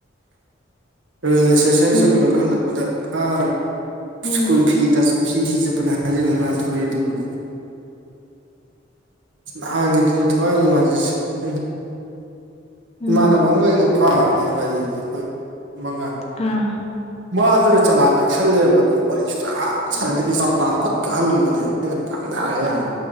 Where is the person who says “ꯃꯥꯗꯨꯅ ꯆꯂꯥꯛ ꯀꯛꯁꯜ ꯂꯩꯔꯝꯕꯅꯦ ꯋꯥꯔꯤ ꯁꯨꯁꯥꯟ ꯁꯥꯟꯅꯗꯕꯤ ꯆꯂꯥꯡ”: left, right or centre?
Right